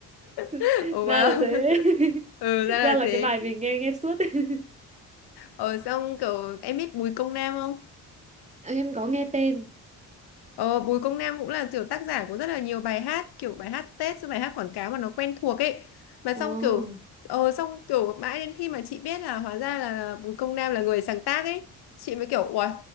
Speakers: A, on the left (about 60°); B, on the right (about 15°).
A: <laughs>
B: <laughs>
A: Oh
B: Ra
A: wow.
B: là thế.
A: <laughs> Ừ
B: <laughs>
A: ra là
B: Ra là
A: thế.
B: cái bài mình nghe nghe suốt. <laughs>
A: Ờ xong kiểu em biết Bùi Công Nam không?
B: Em có nghe tên.
A: Ờ Bùi Công Nam cũng là kiểu tác giả của rất là nhiều bài hát kiểu bài hát Tết rồi bài hát quảng cáo mà nó quen thuộc ấy. Mà
B: Ồ.
A: xong kiểu ờ xong kiểu mãi đến khi mà chị biết là hóa ra là Bùi Công Nam là người sáng tác ấy, chị mới kiểu ủa